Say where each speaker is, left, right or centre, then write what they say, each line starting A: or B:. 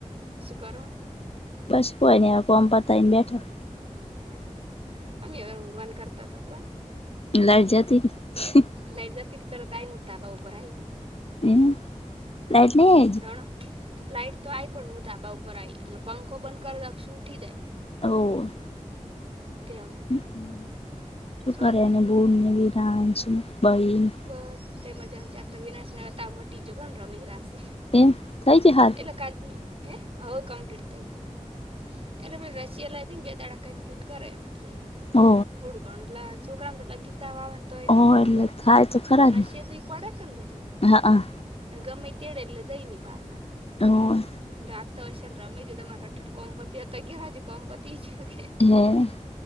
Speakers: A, on the right; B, on the left.
A: શું કરો?
B: બસ કોઈ નહીં બસ કોમ પતાઈ ને બેઠા.
A: એવું અમે હવે ઉગવાનું કરતા હતા કોણ?
B: <unintelligible>
A: લાઈટ જ હતી તરત આાયમ ધાબા ઉપર આવી હું.
B: હમ
A: હમ
B: એટલે એજ.
A: જાણો લાઈટ તો આઈ પણ મુ ધકબા ઉપર આવી પંખો બંધ કરે દક્ષું ઉઠી જાય.
B: <unintelligible>
A: તેમાં
B: <unintelligible>
A: શાંતિ બસ બધા મજામાં છે આ તો વિનાશને તાવ મટી જગો ને રમી રાશે.
B: એમ થઈ ગયું હારું?
A: એટલે કાલ એ હઉ કમપ્લીટ થઈજું. એટલે પ રસીયા <unintelligible>
B: હો
A: થોડું ગણું લ છોકરા તો લગીતા <unintelligible> તો એના
B: હો
A: પેલું
B: એટલે
A: કરે
B: થાય તો ખરા
A: અને
B: જ ને
A: સી દુઈ પડે કેને બધું.
B: હા હા
A: ગમે તેડે એટલે જઈ પાસા.
B: હમ.
A: રાત તો હશેલ રમેીજ તમારે હટટ કોમપતી હતા ગજ કોમપતી છેું કે.
B: હમ.